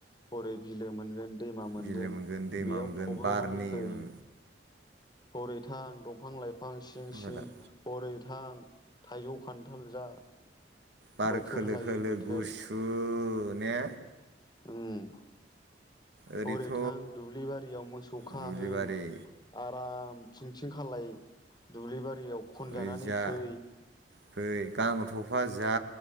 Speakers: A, on the left (about 25°); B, on the right (about 70°).
A: हरै बिलो मोनगोन। दैमा मोनगोन
B: बिलो दैमा
A: बेयाव
B: मोनगोन
A: थब्ल'नानै
B: बारनि
A: फै।
B: उम
A: हरै थां दंफां लायफां सिं-सिं
B: हेफाजाब
A: हरै थां थाइजौ खान्थाल जा।
B: बार
A: बोथोर
B: खोलो
A: लायै
B: खोलो
A: बोथोर
B: गुसु नो।
A: ओम
B: ओरैथ'
A: हरैथां दुब्लि बारियाव मोसौ खाहै।
B: दुब्लिबारि
A: आराम थिंथिं खालाय दुब्लि बारियाव खनजानानै
B: ओरै जा
A: फै।
B: फै गांथ'फा जा